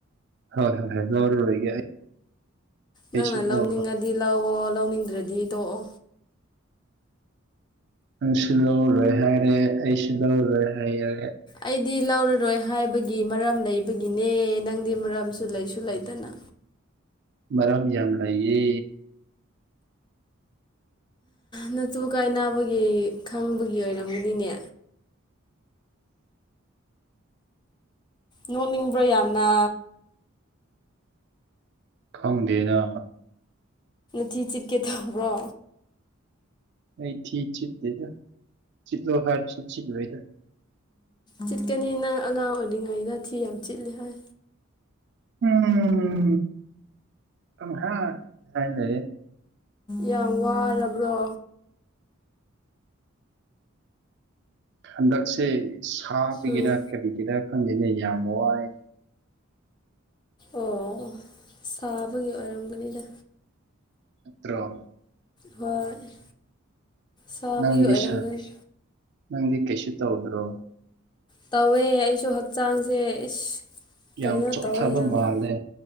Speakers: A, on the right; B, on the left.
A: ꯍꯣꯏ ꯍꯣꯏ ꯍꯣꯏ ꯂꯧꯔꯔꯣꯏꯒꯦ ꯑꯩ ꯑꯩꯁꯨ
B: ꯅꯪꯅ
A: ꯂꯧ
B: ꯂꯧꯅꯤꯡꯉꯗꯤ ꯂꯧꯑꯣ ꯂꯧꯅꯤꯡꯗ꯭ꯔꯗꯤ ꯇꯣꯛꯑꯣ
A: ꯅꯪꯁꯨ ꯂꯧꯔꯔꯣꯏ ꯍꯥꯏꯔꯦ ꯑꯩꯁꯨ ꯂꯧꯔꯔꯣꯏ ꯍꯥꯏꯔꯒꯦ
B: ꯑꯩꯗꯤ ꯂꯧꯔꯔꯣꯏ ꯍꯥꯏꯕꯒꯤ ꯃꯔꯝ ꯂꯩꯕꯒꯤꯅꯦ ꯅꯪꯗꯤ ꯃꯔꯝꯁꯨ ꯂꯩꯁꯨ ꯂꯩꯇꯅ
A: ꯃꯔꯝ ꯌꯥꯝ ꯂꯩꯌꯦ
B: ꯅꯇꯨ ꯀꯥꯏꯅꯥꯕꯒꯤ ꯈꯪꯕꯒꯤ ꯑꯣꯏꯔꯝꯒꯅꯤꯅꯦ ꯅꯣꯛꯅꯤꯡꯕ꯭ꯔꯣ ꯌꯥꯝꯅ
A: ꯈꯪꯗꯦꯅ
B: <inaudible> ꯇꯧꯕ꯭ꯔꯣ
A: ꯑꯩ <inaudible> ꯆꯤꯠꯂꯣ ꯍꯥꯏꯔꯁꯨ ꯆꯤꯠꯂꯣꯏꯗ
B: ꯆꯤꯠꯀꯅꯤ ꯅꯪ ꯑꯉꯥꯡ ꯑꯣꯏꯔꯤꯉꯩꯗ <inaudible> ꯆꯤꯠꯂꯤ ꯍꯥꯏ
A: ꯎꯝ ꯀꯪꯍꯥꯠ ꯍꯥꯠꯂꯦ
B: ꯌꯥꯝ ꯋꯥꯔꯕ꯭ꯔꯣ
A: ꯍꯟꯗꯛꯁꯦ ꯁꯥꯕꯒꯤꯔ
B: ꯎꯝ
A: ꯀꯔꯤꯒꯤꯔꯥ ꯈꯪꯗꯦꯅꯦ ꯌꯥꯝ ꯋꯥꯏ
B: ꯑꯣ ꯁꯥꯕꯒꯤ ꯑꯣꯏꯔꯝꯒꯅꯤꯗ
A: ꯅꯠꯇ꯭ꯔꯣ
B: ꯍꯣꯏ ꯁꯥꯕꯒꯤ
A: ꯅꯪꯗꯤ
B: ꯑꯣꯏꯔꯝꯒꯅꯤ
A: ꯁꯥ ꯅꯪꯗꯤ ꯀꯩꯁꯨ ꯇꯧꯗ꯭ꯔꯣ
B: ꯇꯧꯋꯦ ꯑꯩꯁꯨ ꯍꯛꯆꯥꯡꯁꯦ ꯏꯁ ꯀꯩꯅꯣ
A: ꯌꯥꯝ ꯆꯣꯛꯊꯕ
B: ꯇꯧꯋꯦ ꯌꯥꯝꯅ
A: ꯃꯥꯜꯂꯦ